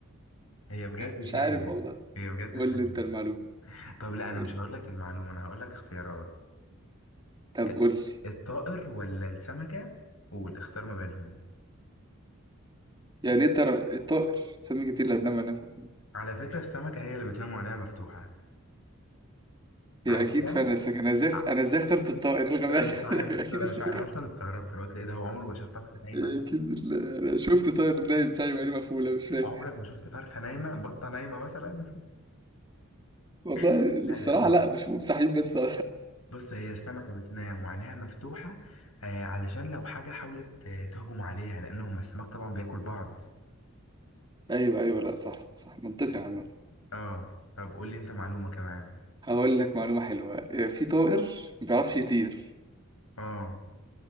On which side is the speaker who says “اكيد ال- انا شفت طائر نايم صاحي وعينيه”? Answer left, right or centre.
Right